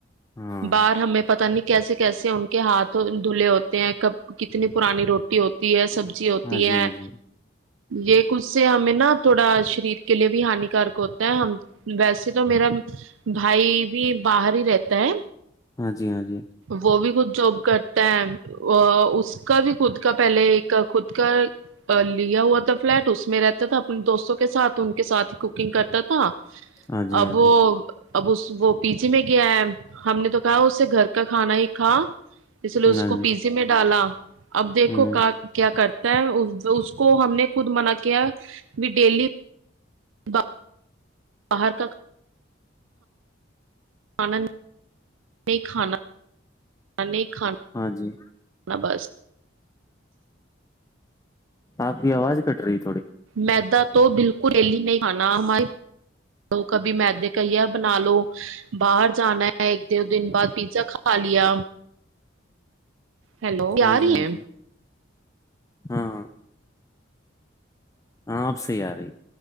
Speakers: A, on the left; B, on the right.
A: ہاں
B: باہر ہمیں پتا نہیں کیسے کیسے ان کے ہاتھ دھلے ہوتے ہیں کب کتنی پرانی روٹی ہوتی ہے سبی اچھی ہوتی
A: ہاں جی
B: ہے
A: ہاں جی
B: یہ ک سے ہمیں نا تھوڑا شریر کے لیے بھی ہانیکارک ہوتا ہے ہم ویسے تو میرا بھائی بھی باہر ہی رہتا ہے
A: ہاں جی ہاں جی
B: وہ بھی خود جاب کرتا ہے اس کا بھی خود کا پہلے ایک خود کا لیا ہوا تھا فلیٹ اس میں رہتا تھا اپنے دوستوں کے ساتھ ان کے ساتھ کوکنگ کرتا تھا
A: ہاں جی
B: ابو
A: ہاں جی
B: اب اس وہ پیچے میں گیا ہے ہم نے تو کہا اس سے گھر ککا کھانا ہی کھا اس لیے اس
A: ہاں
B: کو
A: جی
B: پیسے میں ڈالا اب دیکھو
A: ہ
B: کیا کر اس کو ہم نے خود منع کیا بھی ڈیلی <inaudible> باہر کا <inaudible>
A: ہاں جی
B: بس
A: آپ کی آواز کٹ رہی تھی
B: میدا تو بالکل ریلی نہیں کھانا ہمارے کبھی میدے کایا بنا لو باہر جانا ہے ایک دو دن بعد پیزا کھا لیا ہیلو کیا
A: ہاں
B: رہ
A: جی
B: ہی
A: ہاں
B: ہے
A: جی ہاں ہاں ہاںپ تیاری